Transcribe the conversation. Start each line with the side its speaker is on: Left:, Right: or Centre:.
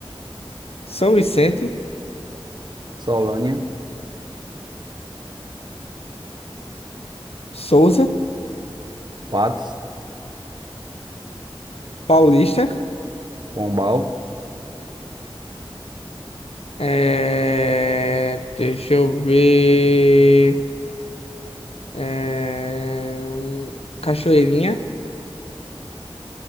Left: São Vicente,
Right: Solânia,
Left: Souza,
Right: Patos,
Left: Paulista.
Right: Pombal,
Left: É, deixa eu ver. É, Cachoeirinha,